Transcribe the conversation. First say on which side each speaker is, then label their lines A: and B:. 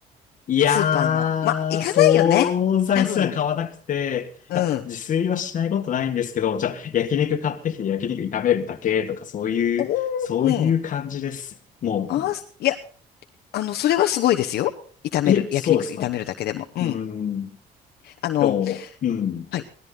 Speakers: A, on the left; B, on the left.
A: いやー、
B: スーパーの。まあ、行かないよね。
A: 惣菜すら買わなくて、
B: 多分、うん。
A: あ、自炊はしないことないんですけど、じゃあ、焼肉買ってきて焼肉炒めるだけとか、そういう、
B: おー、
A: そういう感じです。
B: うん。
A: もう、
B: あー、いや、あの、それはすごいですよ。炒める、
A: え、
B: 焼肉炒めるだけでも。
A: そうですか。
B: うん。
A: うーん、
B: あの、
A: でも、うん。
B: はい